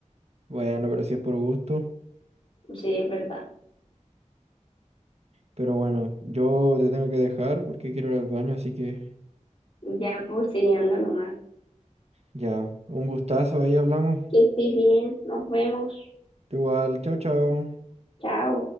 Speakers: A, on the right; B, on the left.
A: Bueno, pero si es por gusto.
B: Sí, es verdad.
A: Pero bueno, yo te tengo que dejar porque quiero ir al baño, así que
B: Ya, pues, sí, anda nomás.
A: ya, un gustazo, ahí hablamos.
B: Que estés bien. Nos vemos.
A: Igual, chao, chao.
B: Chao.